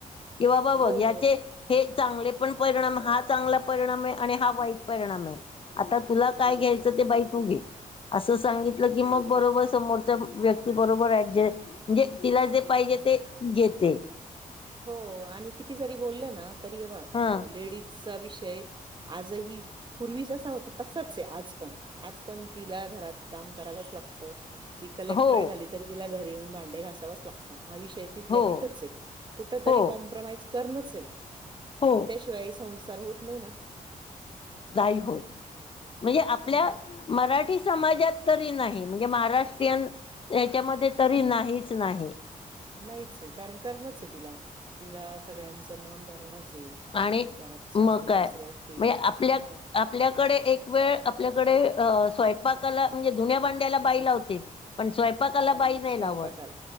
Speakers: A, on the left (about 35°); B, on the right (about 30°).
A: किंवा बा बघ
B: हो.
A: याचे हे चांगले पण परिणाम हा चांगला परिणाम आहे आणि वाईट परिणाम आहे. आता तुला काय घ्यायचं ते बाई तू घे. असं सांगितलं की, मग बरोबर समोरच्या व्यक्ती बरोबर ऍडज म्हणजे तिला जे पाहिजे ते घेते.
B: हो आणि किती जरी बोललं ना तरी हे बघ
A: हा
B: लेडीजचा विषय आजही पूर्वी जसा होता, तसच आहे आज पण आज पण तिला घरात काम करावंच लागतं. ती कलेक्टर
A: हो
B: झाली तरी तिला घरी येऊन भांडे घासावच लागतं हा विषय तिथल्या
A: हो
B: तिथंच आहे. कुठ तरी
A: हो
B: कॉम्प्रोमाइज करणच आहे.
A: हो
B: त्याशिवाय संसार होत नाही ना...
A: नाही होत म्हणजे आपल्या
B: मग
A: मराठी समाजात तरी नाही म्हणजे महाराष्ट्रीयन त्याच्यामध्ये तरी नाहीच नाही.
B: नाहीच आहे. कारण करणच आहे तिला तिला सगळ्यांचं मन धरणच आहे.
A: आणि
B: घरात सासू
A: मग काय
B: -सासरे असतील
A: म्हणजे आपल्या
B: मग
A: आपल्याकडे एक वेळ आपल्याकडे अ स्वयंपाकाला म्हणजे धुन्या भांडायला बाई लावते. पण स्वयंपाकाला
B: पण
A: बाई नाही
B: स्वयंपाकाला
A: लावत.